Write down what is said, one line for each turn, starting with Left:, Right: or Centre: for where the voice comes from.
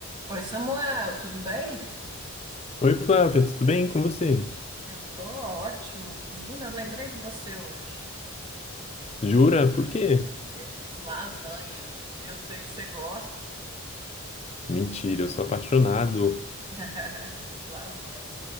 Right: Oi, Samuel, tudo bem?
Left: Oi, Flávia, tudo bem com você?
Right: Eu tô ótima. Menina, eu lembrei de você hoje.
Left: Jura? Por quê?
Right: Eu fiz lasanha. e Eu sei que você gosta.
Left: Mentira, eu sou apaixonado.
Right: <laughs> Fiz lasanha.